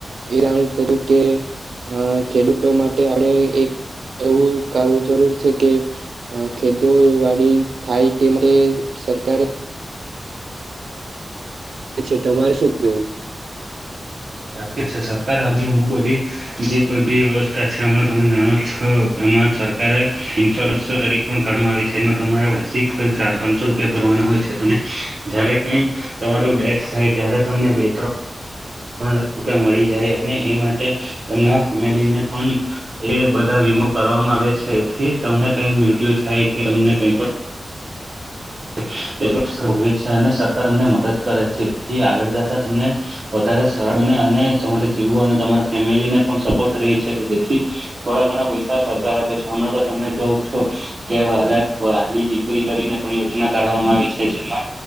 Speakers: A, on the right (about 80°); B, on the right (about 45°).
A: એ <unintelligible> કે અ ખેડૂતો માટે આપણે એક એવું કરવું જરૂર છે કે અ ખેતવાડી થાય તે માટે સરકારે છે તમારે શું કેવું
B: સાચી છે સરકાર હજુ અમુક બધી જે કોઈ બી વ્યવસ્થા છે હમણાં તમે જાણો છો સરકારે ઇન્સ્યોરન્સ તરીકે પણ કાઢવામાં આવી છે. એમાં તમારે વાર્ષિક ચાર્જ પાંચસો રૂપિયા ભરવાનો. જ્યારે કઈ તમારું ડેથ થાય ત્યારે તમને બે ત્રણ લાખ રૂપિયા મળી જાય અને એ માટે તમાં ફેમિલીને પણ એ બધા કરવામાં આવે છે એથી તમને કઈ મૃત્યુ થાય કે તમને કઈ પણ <unintelligible> અને સરકાર અમને મદદ કરે છેથી આગળ જતા તમને વધા રે સરળ બને અને તમારે જીવો અને તમા ફેમિલી ને પણ સપોર્ટ રે છે કે જેથી થોડા ઘણા પૈસા સરકાર આપે છે હમણાં તો તમે જોઉ છો કે વલા વહલી દીકરી કરીને પણ યોજ ના કાઢવામાં આવી છે જેમાં